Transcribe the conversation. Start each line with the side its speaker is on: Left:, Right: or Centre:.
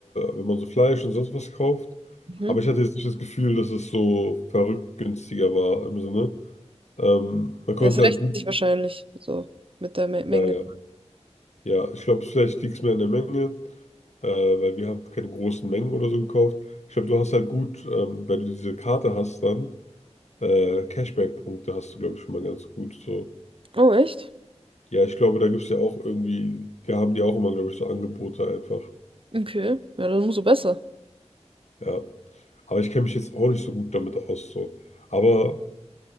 Left: wenn man so Fleisch und sonst was kauft.
Right: mhm.
Left: Aber ich hatte jetzt nicht das Gefühl, dass es so verrückt günstiger war im Sinne. Ähm, man konnte
Right: Ja, es rechnet
Left: halt gut.
Right: sich wahrscheinlich so mit der Me Menge.
Left: Ja, ja, ja. Ich glaube, vielleicht liegt es mehr an der Menge, äh, weil wir haben keine großen Mengen oder so gekauft. Ich glaube, du hast halt gut, ähm, wenn du diese Karte hast, dann äh, Cashback-Punkte hast du, glaube ich, schon mal ganz gut. So.
Right: Oh, echt?
Left: Ja, ich glaube, da gibt es ja auch irgendwie, die haben die auch immer, glaube ich, so Angebote einfach.
Right: Okay. Ja, dann umso besser.
Left: Ja. Aber ich kenne mich jetzt auch nicht so gut damit aus. So. Aber